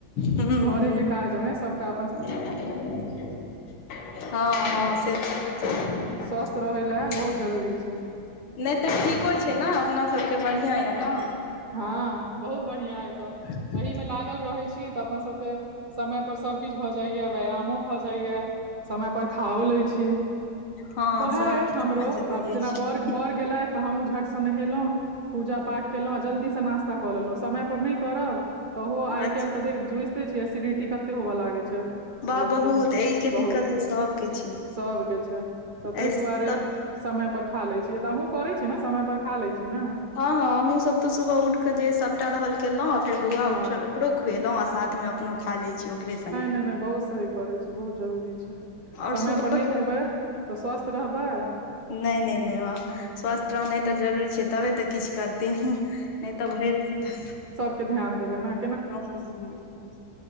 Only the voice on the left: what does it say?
हूँ
<unintelligible> हँ हँ से तऽ होइ छै।
नय तऽ ठीको छै ने अपना सभ के बढ़िआँ यए न
<inaudible>
हँ
सब किछ
समय से भऽ
जाइ
छै
अच्छा
वाह बहुत एहिके
दिक्कत तऽ सबके छै
एहि
तऽ
हँ हँ हम सब त सुबह उठऽ जे कटा रहल केलहुँ आ फेर बौआ
उठल ओकरो खुएलहुँ आ साथ मे अपन खा लै छी ओकरे सगे
आओर
सुबह
तऽ
नय नय नय वाह
स्वस्थ रहनाइ तऽ जरूरी छै तबे तऽ किछु कर ते नै तऽ भरि दिन त
<unintelligible>